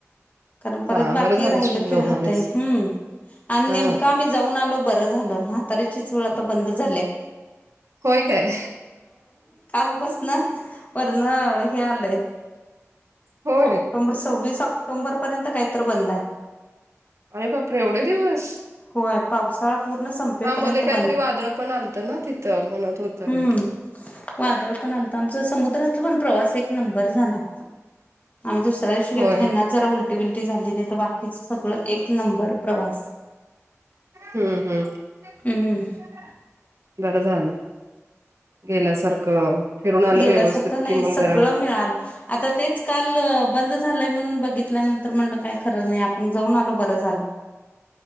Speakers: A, on the left; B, on the right.
A: कारण परत
B: हा
A: बाकी
B: बरं झालंस
A: राहिलं
B: पण
A: की,
B: जेवून
A: राहतय
B: आलीस
A: हम्म आणि
B: हा
A: नेमकं आम्ही जाऊन आलो बरच झाल. म्हातारीची चूळ आता बंद झाल्या.
B: होय काय?
A: काल पासन, वरण हे आलंय
B: होय
A: ऑक्टोंबर सविस ऑक ऑक्टोंबरपर्यंत काय तर बंद आहे.
B: अरे बापरे एवढे दिवस?
A: होय पावसाळा पूर्ण संपेपर्यंत
B: हा मधे काहीतरी
A: बंद
B: वादळ पण आलत ना तिथं म्हणत होतं
A: हम्म.
B: हे
A: वादळ पण आलत आमचं समुद्रातलं पण प्रवास एक नंबर झाला. आम्ही दुसऱ्या दिवशी
B: होय
A: गेलतो ह्यांना जरा उलटी बिलटी झाली नाहीतर बाकीच सगळ एक नंबर प्रवास.
B: हं हं <unintelligible>
A: हम्म.
B: झालं गेल्यासारखं फिरून आलं
A: गेल्या
B: व्यवस्थित
A: सारखं नाही
B: कि मग
A: सगळं
B: जरा
A: मिळालं आता तेच काल बंद झालंय म्हणून बघितल्यानंतर म्हणलं काय खरं नाही आपण जाऊन आलो बरं झालं